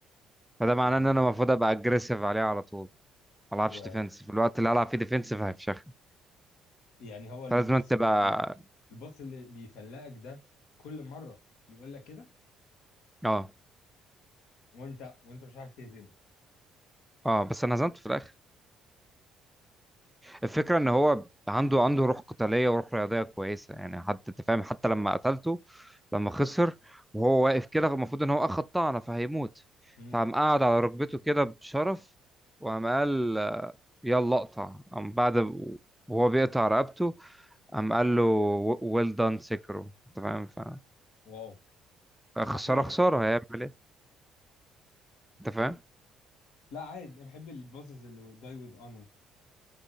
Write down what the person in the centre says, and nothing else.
فده معناه
ان انا المفروض ابقى aggressive عليه على طول ما العبش
ديفensive الوقت اللي هلعب فيه ديفensive هيفشخني
فلازم تبقى
اه
اه بس انا هزمته في الاخر الفكرة ان هو عنده عنده روح قتالية وروح رياضية كويسة يعني حتى انت فاهم حتى لما قتلته لما خسر وهو واقف كده المفروض ان هو اخد طعنة فهيموت
فقام قاعد على ركبته كده بشرف وقام قال يلا اقطع قام بعد وهو بيقطع رقبته قام قال له ويل دان سكرو انت فاهم ف-
فخسارة
خسارة هيعمل ايه انت فاهم